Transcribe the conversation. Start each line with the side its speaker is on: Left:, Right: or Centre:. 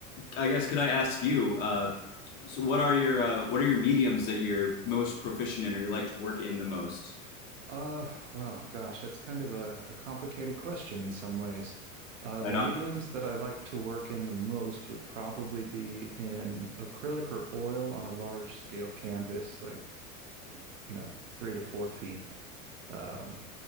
Left: I guess could I ask you? Uh, so, what are your uh, what are your mediums that you're most proficient in, or you like to work in the most?
Right: Uh, well, gosh, that's kind of a, a complicated question in some ways. Uh,
Left: Right
Right: the mediums
Left: on.
Right: that I like to work in the most would probably be in acrylic or oil on a large scale canvas, like, you know, three to four feet. Um,